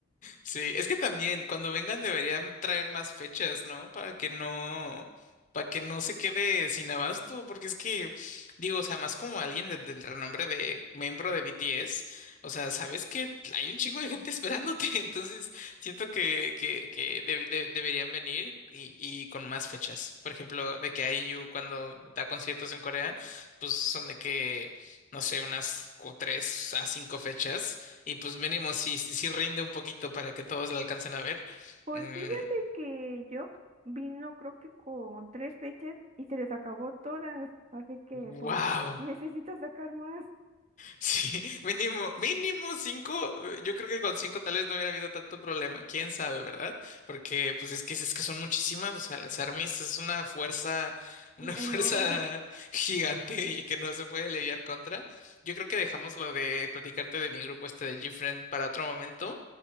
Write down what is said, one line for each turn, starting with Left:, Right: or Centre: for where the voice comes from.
Left: Sí, es que también cuando vengan deberían traer más fechas, ¿no? Para que no, para que no se quede sin abasto, porque es que, digo, o sea, más como alguien de- del renombre de miembro de BTS, o sea, sabes que hay un chingo de gente esperándote, <laughs> entonces siento que, que, que de- de- deberían venir y, y con más fechas. Por ejemplo, de que IU cuando da conciertos en Corea, pues son de que, no sé, unas cu- tres a cinco fechas y pues mínimo, si, si, si rinde un poquito para que todos la alcancen a ver.
Right: Pues
Left: Mm,
Right: fíjate que Jock vino creo que con tres fechas y se les acabó todas, así que
Left: wow.
Right: pues necesita sacar más
Left: Sí, <laughs> mínimo, mínimo cinco. eh, Yo creo que con cinco tal vez no hubiera habido tanto problema. Quién sabe, ¿verdad? Porque pues es que es que son muchísimas. O sea, las armies es una fuerza, una <laughs> fuerza
Right: enorme.
Left: gigante y que no se puede lidiar contra. Yo creo que dejamos lo de platicarte de mi grupo este de GFriend para otro momento.